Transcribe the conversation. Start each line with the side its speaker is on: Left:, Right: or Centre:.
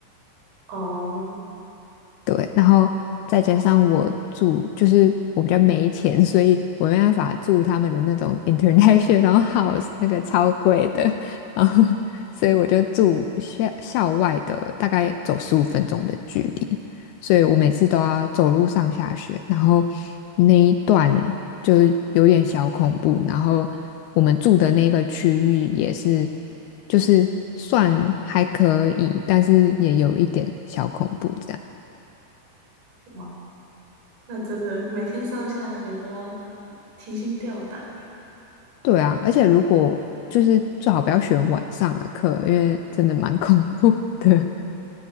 Right: 哦，
Left: 对，然后再加上我住，就是我比较没钱，所以我没办法住他们的那种 international <laughs> house，那个超贵的，然后所以我就住校校外的，大概走十五分钟的距离，所以我每次都要走路上下学，然后那一段就是有点小恐怖，然后我们住的那个区域也是，就是算还可以，但是也有一点小恐怖这样。
Right: 哇。那真的每天上下学都要提心吊胆耶。
Left: 对啊，而且如果就是最好不要选晚上的课，因为真的蛮 <laughs> 恐怖的。